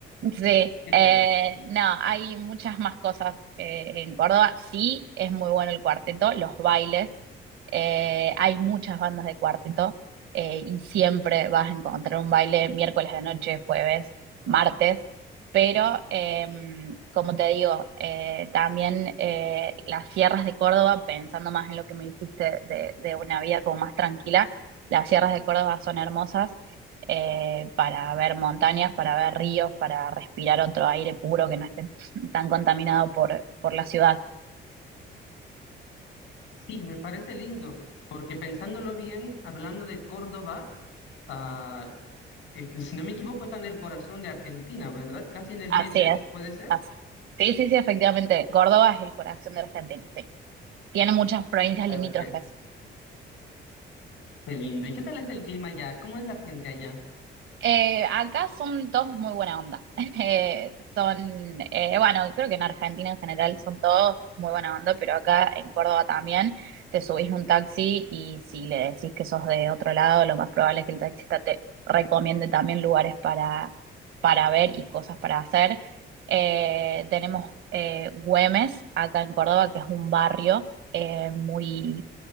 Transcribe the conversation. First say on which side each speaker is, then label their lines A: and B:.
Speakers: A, on the right (about 85°); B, on the left (about 90°).
A: Sí,
B: ¿Qué
A: eh,
B: tal?
A: no, hay muchas más cosas eh, en Córdoba. Sí, es muy bueno el cuarteto, los bailes. eh, hay muchas bandas de cuarteto eh, y siempre vas a encontrar un baile miércoles de noche, jueves, martes. Pero, em, como te digo, eh, también eh, las sierras de Córdoba, pensando más en lo que me dijiste de, de una vida como más tranquila, las sierras de Córdoba son hermosas eh, para ver montañas, para ver ríos, para respirar otro aire puro que no esté <laughs> tan contaminado por, por la ciudad.
B: Sí, me parece lindo, porque pensándolo bien, hablando de Córdoba, ah, eh, si no me equivoco, está en el corazón de Argentina, ¿verdad? Casi en el
A: Así
B: medio,
A: es.
B: ¿puede ser?
A: Así- Sí, sí, sí, efectivamente. Córdoba es el corazón de Argentina, sí. Tiene muchas provincias
B: Perfecto,
A: limítrofes.
B: qué lindo. ¿Y qué tal es el clima allá? ¿Cómo es la gente allá?
A: Eh, acá son todos muy buena onda. <laughs> Eh, son, eh, bueno, creo que en Argentina en general son todos muy buena onda, pero acá en Córdoba también te subís un taxi y si le decís que sos de otro lado, lo más probable es que el taxista te recomiende también lugares para, para ver y cosas para hacer. Eh, tenemos eh, Güemes, acá en Córdoba, que es un barrio eh, muy